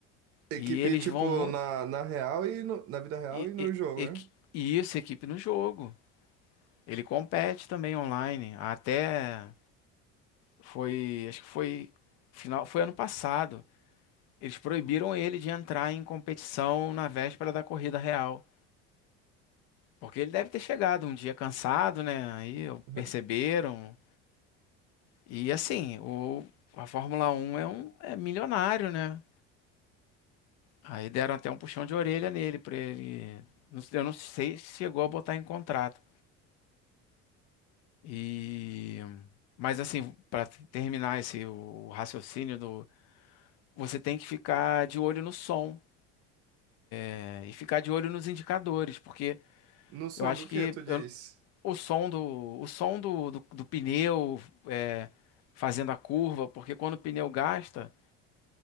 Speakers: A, on the right; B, on the left.
A: Equipe,
B: e eles
A: tipo,
B: vão muito
A: na, na real e no- na vida real
B: e,
A: e no
B: e,
A: jogo,
B: e,
A: né?
B: e isso, equipe no jogo. Ele compete também online, até Foi, acho que foi final, foi ano passado. Eles proibiram ele de entrar em competição na véspera da corrida real, porque ele deve ter chegado um dia cansado, né? Aí
A: <laughs>
B: perceberam. E assim, o a Fórmula Um é um é milionário, né? Aí deram até um puxão de orelha nele para ele, não eu não sei se chegou a botar em contrato. E mas assim, para terminar esse o raciocínio do você tem que ficar de olho no som. É, e ficar de olho nos indicadores, porque
A: No som
B: eu acho
A: do que
B: que
A: tu diz?
B: eu- o som do, o som do, do, do pneu é, fazendo a curva, porque quando o pneu gasta,